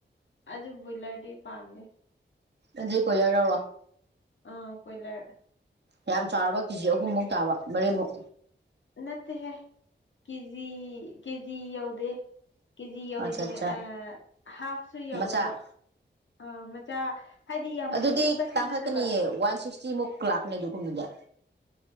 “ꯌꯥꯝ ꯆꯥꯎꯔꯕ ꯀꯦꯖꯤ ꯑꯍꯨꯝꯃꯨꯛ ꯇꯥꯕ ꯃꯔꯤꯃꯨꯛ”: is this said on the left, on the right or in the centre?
Right